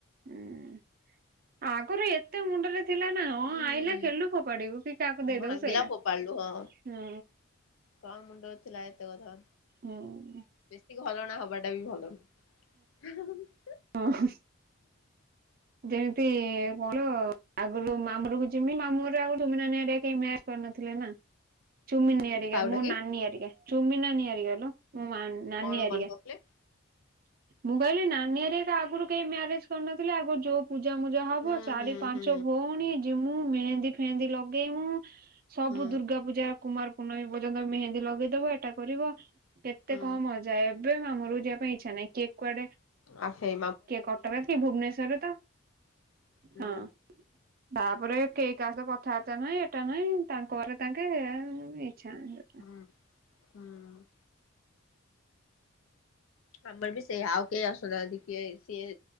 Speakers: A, on the right; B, on the left.
A: ହୁଁ ଆଗରୁ ଏତେ ମୁଣ୍ଡରେ ଥିଲା ନା ହଁ
B: ହୁଁ
A: ଆଇଲା ଖେଳିଲୁ ଫୋପାଡିବୁ। କାହାକୁ ଦେଇଦବୁ
B: ଭାଙ୍ଗିଲା
A: ସଇଲା।
B: ଫୋପାଡିଲୁ ହଁ
A: ହୁଁ
B: କଣ ମୁଣ୍ଡ ଥିଲା ଏତେ କଥା।
A: ହୁଁ।
B: ବେଶୀ ଘରଣା ହବାଟା ବି ଭଲ ନୁହଁ।
A: ହଁ। ଯେମିତି କଣ ଆଗରୁ ମାମୁଁ କୁ ଯିମି ମାମୁଁ ଆଗରୁୁ ଚୁମି ନାନି ହେରିକା କେହି କରିନଥିଲେ ନା ଚୁମିନି ହେରିକା
B: କାଉଟା
A: ମୋ
B: କି
A: ନାନୀ ହେରିକା। ଚୁମି ନାନୀ ହାରିକା ଲୋ ମୋ ନାନୀ
B: କଣ
A: ହରିକା।
B: କରିନଥିଲେ
A: ମୁଁ କହିଲି ନାନୀ ହାରିକା ଆଗରୁ କେହି ମ୍ୟାରେଜ କରିନଥିଲେ। ଆଗରୁ ଯୋଉ ପୂଜା ମୂଜା ହବ
B: ହୁଁ
A: ଚାରି ପାଞ୍ଚ
B: ହୁଁ
A: ଭଉଣୀ ଯିମୁ ମେହେନ୍ଦୀ ଫେହେନ୍ଦୀ ଲଗେଇମୁଁ। ସବୁ
B: ହୁଁ
A: ଦୁର୍ଗା ପୂଜା କୁମାର ପୂର୍ଣ୍ଣମୀ ପର୍ଯ୍ୟନ୍ତ ମେହେନ୍ଦୀ ଲଗେଇଦବ ଏଟା କରିବ କେତେ
B: ହୁଁ
A: କଣ ମ ଯାଏ ଏବେ ମାମୁଁ ଘର ଯିବା ପାଇଁ ଇଛା ନାହିଁ କିଏ କୁଆଡେ
B: ଆଫେ
A: କିଏ କଟକ ରେ କିଏ ଭୁବନେଶ୍ଵରରେ ତ
B: ହୁଁ
A: ହଁ। ତାପରେ କେହି କାହା ସହ କଥାବାର୍ତ୍ତା ନାହିଁ ଏଟା ନାହିଁ ତାଙ୍କ ଘରେ ତାଙ୍କେ ହେ ଇଛା ନାହିଁ।
B: ହୁଁ ହୁଁ। ଆମର ବି ସେଇଆ ଆଉ କେହି ଆସୁନାହାନ୍ତି କିଏ ସିଏ।